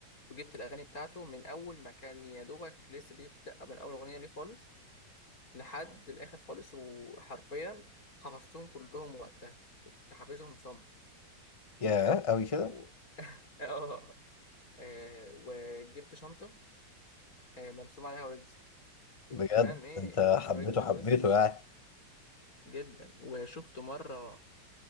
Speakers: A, on the left (about 45°); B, on the left (about 20°).
A: وجبت الاغاني بتاعته من اول ما كان يا دوبك لسه بيبدا من اول اغنيه ليه خالص لحد الاخر خالص وحرفيا حفظتهم كلهم وقتها حافظهم صم
B: يا أوي كده
A: و... <laughs> اه آه، وجبت شنطه آه، مرسوم عليها ويجز كنت
B: بجد
A: فان ايه
B: انت حبيته
A: ذا ويجز، بص
B: حبيته يعني
A: جدا وشفته مرة